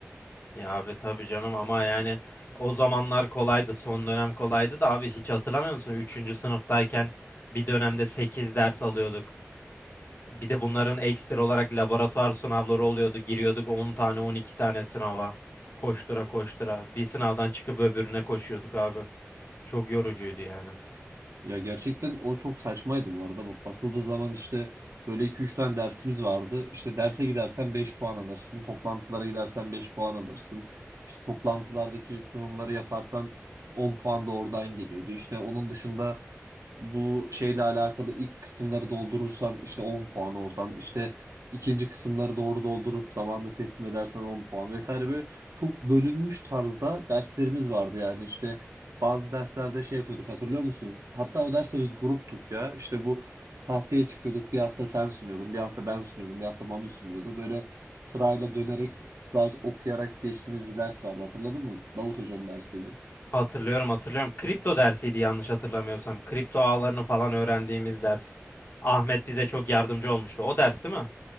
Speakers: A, on the left; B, on the right.
A: Ya abi tabii canım ama yani o zamanlar kolaydı. Son dönem kolaydı da abi hiç hatırlamıyor musun? Üçüncü sınıftayken bir dönemde 8 ders alıyorduk. Bir de bunların ekstra olarak laboratuvar sınavları oluyordu. Giriyorduk 10 tane 12 tane sınava. Koştura koştura. Bir sınavdan çıkıp öbürüne koşuyorduk abi. Çok yorucuydu yani.
B: Ya gerçekten o çok saçmaydı bu arada. Bak, bakıldığı zaman işte böyle iki üç tane dersimiz vardı. İşte derse gidersen 5 puan alırsın. Toplantılara gidersen 5 puan alırsın. İşte toplantılardaki sunumları yaparsan 10 puan da oradan geliyordu. İşte onun dışında bu şeyle alakalı ilk kısımları doldurursan işte 10 puan oradan. İşte ikinci kısımları doğru doldurup zamanında teslim edersen 10 puan vesaire böyle çok bölünmüş tarzda derslerimiz vardı yani işte bazı derslerde şey yapıyorduk hatırlıyor musun? Hatta o derste biz gruptuk ya. İşte bu tahtaya çıkıyorduk. Bir hafta sen sunuyordun, bir hafta ben sunuyordum, bir hafta Mami sunuyordu. Böyle sırayla dönerek, slide okuyarak geçtiğimiz bir ders vardı hatırladın mı? Davut Hoca'nın dersiydi.
A: Hatırlıyorum hatırlıyorum. Kripto dersiydi yanlış hatırlamıyorsam. Kripto ağlarını falan öğrendiğimiz ders. Ahmet bize çok yardımcı olmuştu. O ders değil mi?